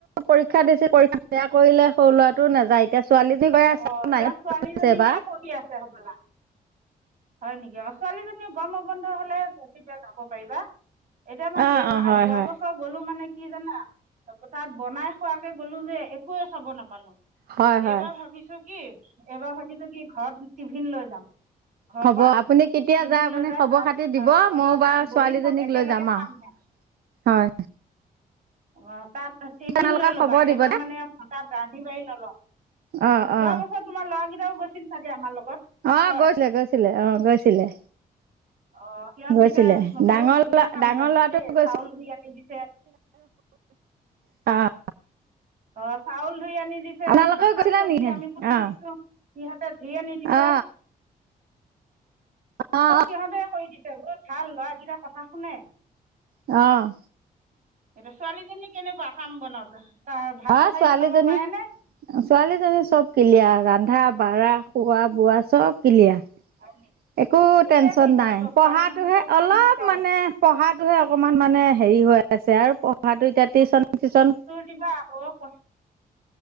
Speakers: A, on the right; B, on the right.
A: পৰীক্ষা দিছে পৰীক্ষা বেয়া কৰিলে সৰু লোৱাটো নাযায় এতিয়া ছোৱালীজনী
B: অঁ এতিয়া
A: নাইনত
B: ছোৱালীজনীহে
A: পঢ়িছে এইবাৰ।
B: পঢ়ি আছে হ'বলা হয় নেকি, অ ছোৱালীজনীয়ে গৰমৰ বন্ধ হলে তেতিয়া যাব পাৰিবা। এতিয়া মানে
A: অ
B: এই মাহ
A: অ হয়
B: যোৱা
A: হয়
B: বছৰ গলো মানে কি জানা তাত বনাই খোৱাকে গ'লো যে একোৱে চাব নাপালো।
A: হয় হয়
B: এইবাৰ ভাবিছো কি এইবাৰ ভাবিছো কি ঘৰত টিফিন লৈ যাম। ঘৰৰ
A: হ'ব
B: পৰা
A: আপুনি কেতিয়া
B: টিফিন
A: যায় আপুনি
B: লৈ
A: খবৰ
B: তাত
A: খাতি দিব।
B: ধৰি
A: ম‌ইও
B: লওক
A: বাৰু
B: তাত বহি
A: ছোৱালীজনীক
B: চব একেলগে
A: লৈ যাম
B: খামহে
A: আৰু। হয়।
B: অ তাত টিভিন
A: আপোনালোকে
B: লৈ লবা
A: খবৰ দিব
B: এবাৰ
A: দে
B: মানে তাত ৰান্ধি বাঢ়ি নল‌ও
A: অ
B: যোৱা
A: অ
B: বছৰ তোমাৰ ল'ৰাকেইটাও গৈছিল চাগে আমাৰ লগত।
A: অ',
B: হয়
A: গৈছিলে গৈছিলে অ', গৈছিলে।
B: অ', সিহঁতকেইটাই
A: গৈছিলে
B: বহুত
A: ডাঙৰ
B: ধুনীয়া
A: ল'ৰা
B: কাম
A: ডাঙৰ
B: জানে
A: ল'ৰাটো
B: দেই
A: গৈছিলে
B: চাউল ধুই আনি দিছে।
A: <unintelligible> অ'।
B: অ', চাউল ধুই আনি দিছে
A: আপোনালোকেও
B: বা শাক
A: গৈছিলে
B: চব্জি
A: নি সিহঁতে
B: আমি কুটি
A: অ
B: দিছো। সিহঁতে ধুই আনি দিছে।
A: অ অ
B: চব সিহঁতে কৰি দিছে বহুত ভাল ল'ৰা কেইটা কথা শুনে।
A: অ'।
B: এতিয়া ছোৱালীজনী কেনেকুৱা কাম বনত তাই ভাত
A: অ
B: তৰকাৰি
A: ছোৱালীজনী
B: বনাব পাৰে নে?
A: ছোৱালীজনী চব কিলিয়াৰ ৰন্ধা বঢ়া খোৱা বোৱা চব কিলিয়াৰ।
B: <unintelligible>
A: একো
B: ঠিকে
A: টেনশ্যন
B: কৰিছা
A: নাই,
B: ছোৱালী
A: পঢ়াটোহে
B: মানুহ চব কাম
A: অলপ
B: শিকাব
A: মানে পঢ়াটোহে অকনমান মানে হেৰি হৈ আছে আৰু পঢ়াটো এতিয়া টিউশন চিচন
B: কিবা আকৌ ক